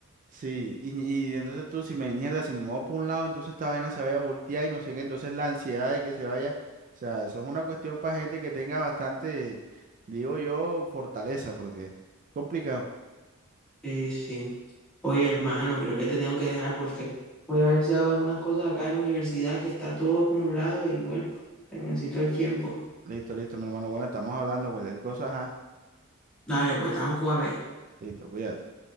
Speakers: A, on the right; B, in the centre.
A: sí. Y, y entonces tú, si me, mierda, si me muevo por un lado, entonces esta vaina se vaya a voltear y no sé qué. Entonces la ansiedad de que se vaya. O sea, eso es una cuestión para gente que tenga bastante, digo yo, fortaleza, porque es complicado.
B: sí, sí. Oye, hermano, creo que te tengo que dejar porque voy a ver si hago algunas cosas acá en la universidad que está todo acumulado y bueno, te necesito el tiempo.
A: Listo, listo, mi hermano. Bueno, estamos hablando, cualquier cosa, ajá.
B: Dale, pues estamos cuape.
A: Listo, cuídate.